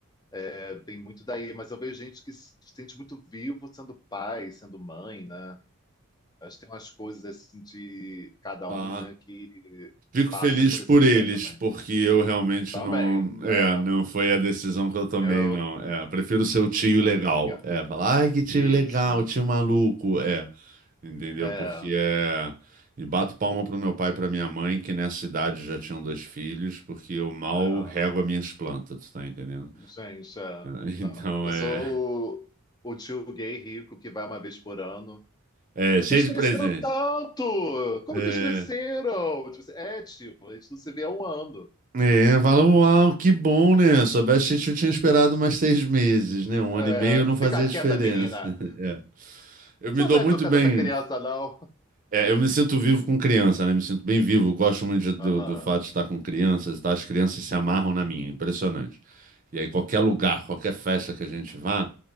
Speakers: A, on the left; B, on the right.
A: é, tem muito daí. Mas eu vejo gente que se sente muito vivo sendo pai, sendo mãe, né? Acho que tem umas coisas assim de cada
B: Ah,
A: um, né, que
B: fico
A: passam
B: feliz
A: por
B: por
A: esse lugar
B: eles,
A: também.
B: porque eu realmente
A: Também,
B: não, é,
A: é.
B: não foi a decisão que eu tomei,
A: Eu,
B: não. É, prefiro ser o tio
A: não,
B: legal.
A: obrigado.
B: É, falar, ai, que tio
A: Isso,
B: legal, tio maluco. É. Entendeu?
A: é,
B: Porque é. E bato palma pro meu pai e pra minha mãe, que nessa idade já tinham dois filhos, porque eu mal
A: é.
B: rego as minhas plantas, tu tá entendendo?
A: Gente, é.
B: É,
A: Não.
B: <laughs> então
A: Eu
B: é.
A: sou o, o tio gay rico que vai uma vez por ano.
B: É,
A: Vocês
B: cheio
A: cresceram
B: de presente.
A: tanto! Como
B: É.
A: vocês cresceram? Tipo assim, é, tio, a gente não se vê há um ano.
B: É, fala, uau, que bom, né? Soubesse que eu tinha esperado mais seis meses, né? Um
A: É,
B: ano e meio não fazia
A: fica
B: diferença.
A: quieta, menina.
B: <laughs> É. Eu me
A: Você não
B: dou
A: tá
B: muito
A: educando
B: bem.
A: essa criança, não.
B: É, eu me sinto vivo com criança, né? Me sinto bem vivo. Gosto muito de- do,
A: Ah,
B: do fato de estar com crianças, tá? As crianças se amarram na minha, impressionante. E aí, qualquer lugar, qualquer festa que a gente vá,